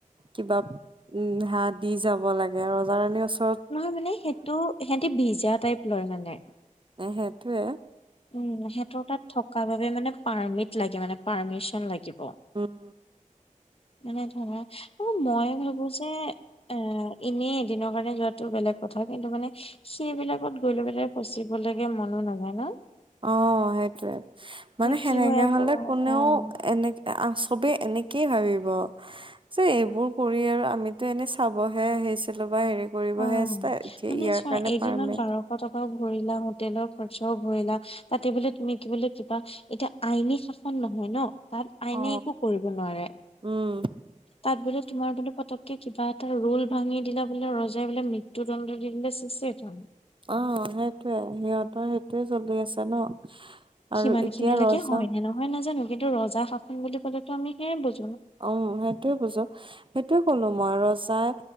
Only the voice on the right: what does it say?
কিবা উম হাত দি যাব লাগে ৰজা ৰাণীৰ ওচৰত।
এ সেইটোৱে।
উম।
অ সেইটয়ে মানে সেনেকে
হলে কোনেও
এনে। চবে এনেকেই ভাবিব যে এইবোৰ কৰি আৰু আমিতো এনে চাবহে আহিছিলো বা হেৰি কৰিবহে
আহিছিলো, এতিয়া
ইয়াৰ
কাৰণে
পাৰ্মিট
অ
উম
অ সেতোয়ে সিহঁতৰ সেতোয়ে। তে চলি আছা ন। আৰু
এতিয়া
ৰজা
অহ সেইটোয়ে বুজো সেইটোয়ে কলো মই ৰজাই